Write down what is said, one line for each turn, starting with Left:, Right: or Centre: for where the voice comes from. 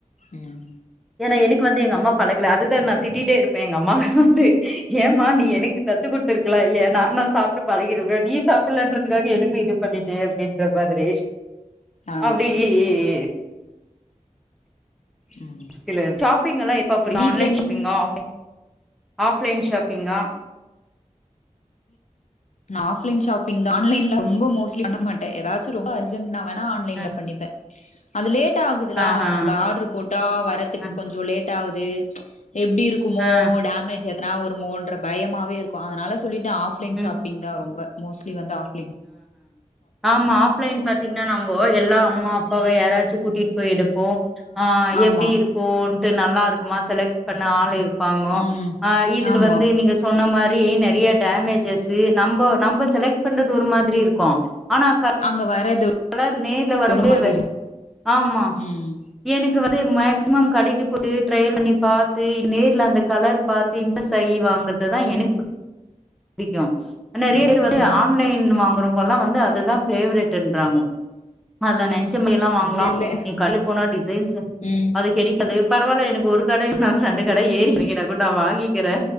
Left: ம்
Centre: ஏனா எனக்கு வந்து எங்க அம்மா பழகல அதுதா நா திட்டிட்டே இருப் ப எங்க அம்மாட்ட வந்து ஏம்மா நீ எனக்கு கத்து குடுத்துருக்லா இல்லியா நானு சாப்ட்டு பழகி இருல நீ சாப்புட்லன்றதுக்காக எனக்கு இது பண்ணிட்டே அப்டின்ற மாதிரி
Left: ஆ
Centre: அப்டி இ இ இ
Left: ம்
Centre: சில ஷாப்பிங் எல்லா எப்ப புடிக்கு
Left: வீட்ல
Centre: ஆன்லைன் ஷாப்பிங்கா
Left: நீங்
Centre: ஆஃப்லைன் ஆஃப்லைன் ஷாப்பிங்கா
Left: நா ஆஃப்லைன் ஷாப்பிங்தா ஆன்லைன்ல ரொம்ப மோஸ்ட்லி பண்ண மாட்ட எதாச்சொ ரொம்ப அர்ஜ் என்ன வேனா ஆன்லைன்ல
Centre: ஆ
Left: பண்ணிப்ப அது லேட்டா ஆகுதுலா
Centre: ஆ ஆ
Left: நம்ப ஆட்ரு போட்டா வரதுக்கு
Centre: ஆ
Left: கொஞ்சொ லேட் ஆவுது எப்டி இருக்குமோ
Centre: ஆ
Left: டேமேஜ் என்னா வருமோன்ற பயமாவே இருக்கு அதனால சொல்லிட்ட ஆஃப் லைன்
Centre: ம்
Left: ஷாப்பி்ங்தா ரொம்ப மோஸ்ட்லி வந்து ஆஃப்
Centre: ஆமா ஆஃப்லைன் பத் பாத்தீங்னா நம்போ எல்லா அம்மா அப்பாவ யாராச்சு கூட்டிட் போய் எடுப்போ ஆ
Left: ஆமா
Centre: எப்டி இரு கோன்ட்டு நல்லா இருக்குமா செலக்ட் பண்ண ஆள் இருப்பாங்கோ
Left: ம்
Centre: ஆ இதுல
Left: ஆமா
Centre: வந்து நீங்க செ சொன்ன மாரி நறிய டேமேஜஸ்சு நம்பொ நம்ப செலக்ட் பண்றது ஒரு மாதிரி இருக்கு ஆனா க
Left: அங்க வர்றது
Centre: எல்லார்நேர்ல வரும்டியவே
Left: ஒரு மாரி இருக்கு
Centre: ஆமா
Left: ம்
Centre: எனக்கு வந்து மேக்சிமம் கடைக்கு போட்டு ட்ரையல் பண்ணி பாத்து நேர்ல அந்த கலர் பாத் திம்ப சை வாங்கறதுதா எனக்கு புடிக்கு நெறையா
Left: ம்
Centre: பேர் வந்து ஆன்லைன் வாங்குறவங்கல்லா வந்து அதுதா ஃபேவரட் டாம அதுல நென்ச்சப்டியெல்லா வாங்குளா
Left: இல்ல இல்ல
Centre: நீ கட்லு போனா டிசைன்ஸு
Left: ம்
Centre: அது கெடி அது பரவால்ல எனக்கு ஒரு கட இல்னா ரெண்டு கட ஏறி எறங்கினா கூட் நான் வாங்கிக்கிறே